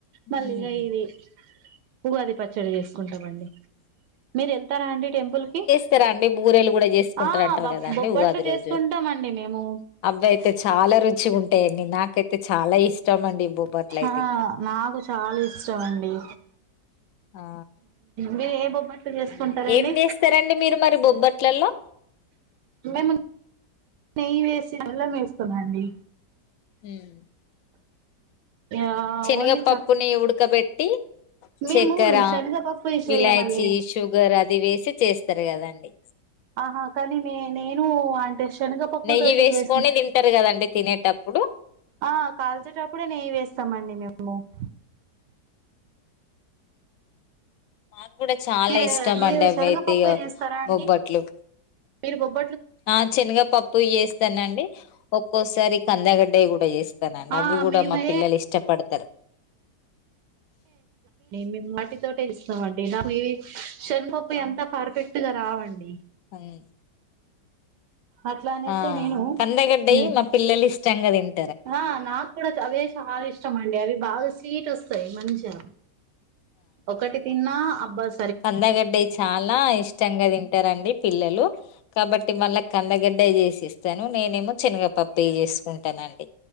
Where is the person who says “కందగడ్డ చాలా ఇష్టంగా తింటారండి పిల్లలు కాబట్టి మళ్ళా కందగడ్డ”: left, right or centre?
Left